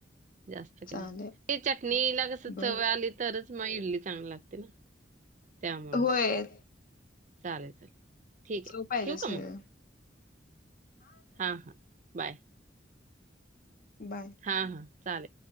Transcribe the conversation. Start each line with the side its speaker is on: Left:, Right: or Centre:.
Right: जास्त काय
Left: चालेल
Right: नाही. ते चटणीला कस
Left: बर
Right: चव आली तरच मग इडली चांगली लागते ना, त्यामुळं
Left: होय
Right: चालेल चालेल. ठीक
Left: जो
Right: आहे
Left: पाहिजे
Right: ठेवू का
Left: सगळं.
Right: हा हा. बाय.
Left: बाय.
Right: हा हा. चालेल.